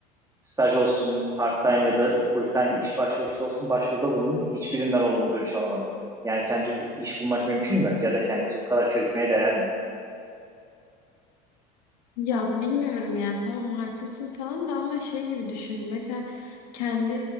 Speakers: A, on the right; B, on the left.
A: staj olsun, part-time ya da full-time iş başvurusu olsun başvuruda bulundum. Hiçbirinden olumlu dönüş alamadım. Yani sence bu iş bulmak mümkün mü? Ya da kendimizi bu kadar çürütmeye değer mi?
B: Ya bilmiyorum ya tamam haklısın falan da ama şey gibi düşün mesela kendi